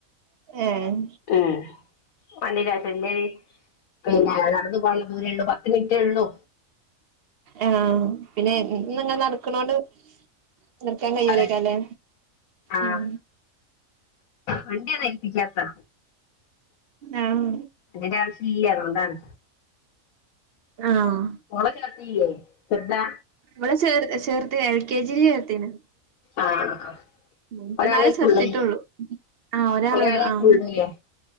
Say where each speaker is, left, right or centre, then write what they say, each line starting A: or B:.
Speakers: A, on the right; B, on the left.
A: ഏഹ്
B: ഏഹ് വണ്ടിയുടെ ആവശ്യം ഇല്ലേ പിന്നെ നടന്ന് പോകാനുള്ള ദൂരേ ഉള്ളൂ പത്ത് മിനിറ്റേ ഉള്ളൂ.
A: ഏഹ് ആഹ് പിന്നെ അങ്ങനെ നടക്കണോണ്ട്. നിർത്താൻ കഴിയൂലയിക്കാരം
B: അതെ
A: ലേ
B: ആഹ്
A: ഉം
B: വണ്ടി ഞങ്ങള് ഏൽപ്പിച്ചതാ ട്ടോ
A: ആഹ്
B: വണ്ടിടെ ആവശ്യല്ല അതു കൊണ്ടാണ്.
A: ആഹ്
B: മോളെ ചേർത്തീല്ലേ ചെറുതാ
A: മോളെ ചേർ ചേർത്ത് എൽ കെ ജി യില് ചേർത്തിണ്.
B: ആഹ്
A: ഉം ഇപ്പന്നാരെ
B: ഒരാളേക്ക്
A: ചേർത്തിട്ട്
B: ഉള്ളൂല്ലേ
A: ഉള്ളൂ ആഹ് ഒരാള്
B: ഒരാളേക്ക്
A: ഉള്ളു. ആഹ്
B: ഉള്ളൂല്ലേ